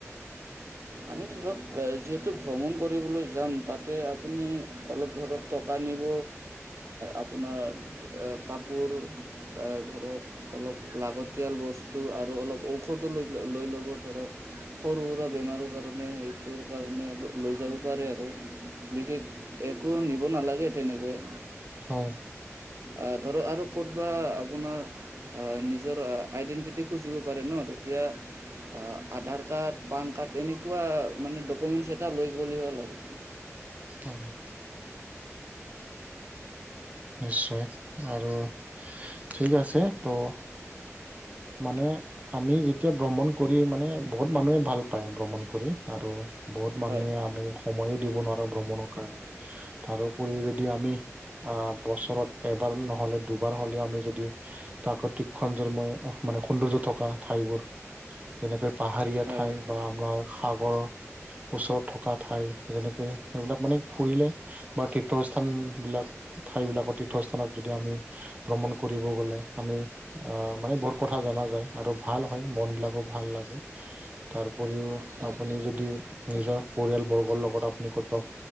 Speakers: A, on the right; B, on the right.
A: আমি ধৰক যিহেতু ভ্ৰমণ কৰিবলৈ যাম তাতে আপুনি অলপ ধৰক টকা নিব আপোনাৰ কাপোৰ ধৰক অলপ লাগ তিয়াল বস্তু আৰু অলপ ঔষধো লৈ লৈ ল'ব ধৰক সৰু সুৰা বেমাৰো কাৰণে সেইটোৰ কাৰণে লৈ যাব পাৰে আৰু বিশেষ একো নিব নালাগে তেনেকৈ।
B: হয়।
A: আহ ধৰ আৰু ক'তবা আপোনাৰ আহ নিজৰ আইডেণ্টিটি খুজিব পাৰে ন তেতিয়া অ', আধাৰ কাৰ্ড পান কাৰ্ড এনেকুৱা মানে ডকুমেন্টচ এটা লৈ হ'ল আৰু।
B: অঁ'। নিশ্চয় আৰু ঠিক আছে ত' মানে আমি যেতিয়া ভ্ৰমণ কৰি মানে বহুত মানুহে ভাল পায় ভ্ৰমণ কৰি আৰু বহুত মানুহে
A: হয়,
B: আমি সময়ো দিব নোৱাৰে ভ্ৰমণৰ কাৰণে। তাৰোপৰি যদি আমি আহ বছৰত এবাৰ নহলে দুবাৰ হ'লেও আমি যদি প্ৰাকতিক খন্দৰময় মানে সৌন্দৰ্য থকা ঠাইবোৰ যেনেকৈ পাহাৰীয়া
A: হয়,
B: ঠাই
A: হয়।
B: বা আমাৰ সাগৰ ওচৰত থকা ঠাই যেনেকৈ সেইবিলাক মানে ফুৰিলে বা তীৰ্থস্থান বিলাক ঠাই বিলাকৰ তীৰ্থস্থানত যদি আমি ভ্ৰমণ কৰিব গলে আমি আহ মানে বহুত কথা জনা যায় আৰু ভাল হয় মন বিলাকো ভাল লাগে। তাৰ উপৰিও
A: হয়,
B: আপুনি যদি নিজৰ পৰিয়াল বৰ্গৰ লগত আপুনি কৰব